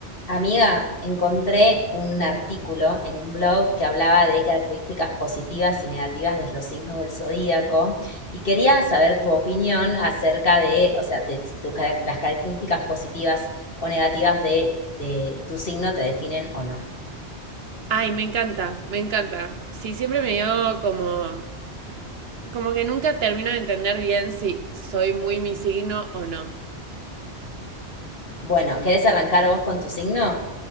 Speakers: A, on the left (about 55°); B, on the right (about 65°).
A: Amiga, encontré un artículo en un blog que hablaba de características positivas y negativas de los signos del zodíaco y quería saber tu opinión acerca de, o sea, de si tus carac- las características positivas o negativas de, de tu signo te definen o no.
B: Ay, me encanta, me encanta. Sí, siempre me dio como... Como que nunca termino de entender bien si soy muy mi signo o no.
A: Bueno, ¿querés arrancar vos con tu signo?